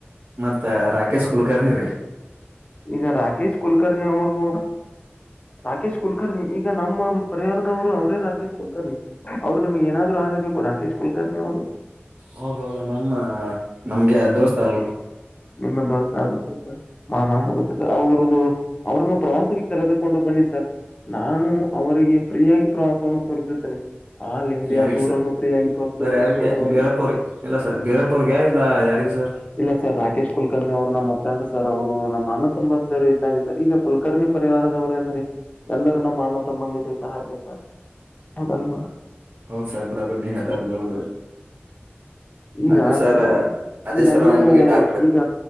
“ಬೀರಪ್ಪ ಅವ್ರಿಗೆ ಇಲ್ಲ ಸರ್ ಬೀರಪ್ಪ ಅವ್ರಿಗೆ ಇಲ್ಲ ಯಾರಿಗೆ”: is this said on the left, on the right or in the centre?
Right